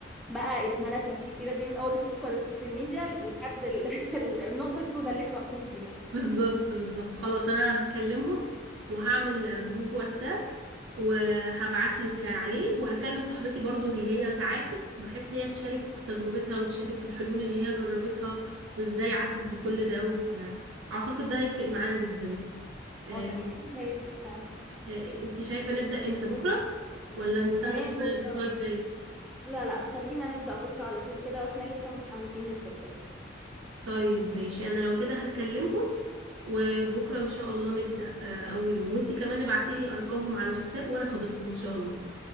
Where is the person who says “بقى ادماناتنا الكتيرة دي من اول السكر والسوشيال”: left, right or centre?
Centre